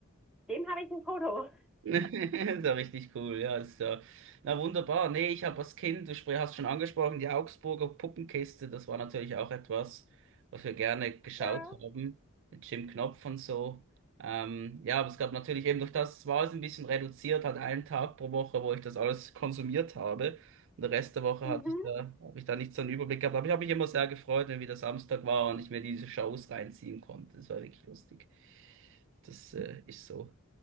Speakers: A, in the centre; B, on the right (about 60°).
A: Dem habe ich ein Foto.
B: <laughs> Ist ja richtig cool, ja. Das, Ist ja. Na wunderbar. Nee, ich habe als Kind, du spr- hast schon angesprochen, die Augsburger Puppenkiste, das war natürlich auch etwas, was wir gerne geschaut
A: Ja.
B: haben, mit Jim Knopf und so. Ähm, ja, aber es gab natürlich eben durch das, war es ein bisschen reduziert, hat einen Tag pro Woche, wo ich das alles konsumiert habe. Und den Rest der Woche
A: Mhm,
B: hatte ich da, habe ich da nicht so einen Überblick gehabt. Aber ich habe mich immer sehr gefreut, wenn wieder Samstag war und ich mir diese Shows reinziehen konnte. Das war wirklich lustig. Das äh, ist so.